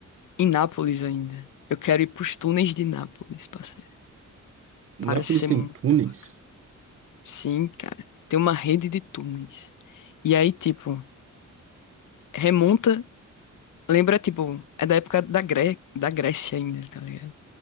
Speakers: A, on the left; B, on the right.
A: em Nápoles ainda. Eu quero ir pros túneis de Nápoles, parceiro.
B: Nápoles
A: Parece ser
B: tem
A: muito
B: túneis,
A: bacana. Sim, cara. Tem uma rede de túneis. E aí, tipo, remonta. Lembra, tipo, é da época da, Gré... da Grécia ainda, tá ligado?